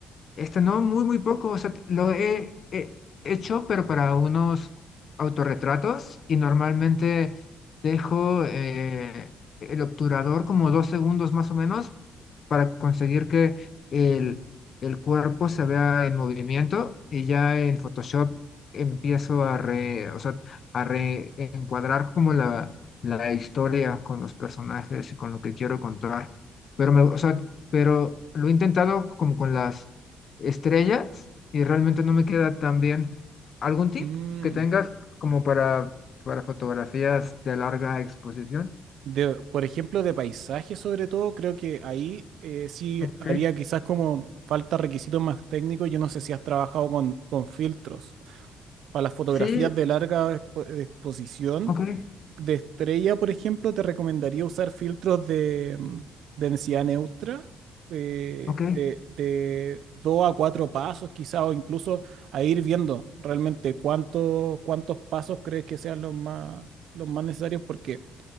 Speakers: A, on the left; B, on the right.
A: Este no, muy, muy poco. O sea, lo he, he hecho, pero para unos autorretratos y normalmente dejo eh, el obturador como dos segundos más o menos para conseguir que el, el cuerpo se vea en movimiento y ya en Photoshop empiezo a re, o sea, a reencuadrar como la, la historia con los personajes y con lo que quiero contar. Pero me, o sea, pero lo he intentado como con las estrellas y realmente no me queda tan bien. ¿Algún tip
B: Mm.
A: que tengas como para, para fotografías de larga exposición?
B: De, por ejemplo, de paisajes sobre todo, creo que ahí eh, sí
A: Ok.
B: haría quizás como falta requisitos más técnicos. Yo no sé si has trabajado con, con filtros. Para las fotografías
A: Sí,
B: de larga expo- de exposición,
A: ok.
B: de estrella, por ejemplo, te recomendaría usar filtros de mm, densidad neutra, eh,
A: Ok,
B: de, de 2 a 4 pasos quizá, o incluso a ir viendo realmente cuántos, cuántos pasos crees que sean los más, los más necesarios, porque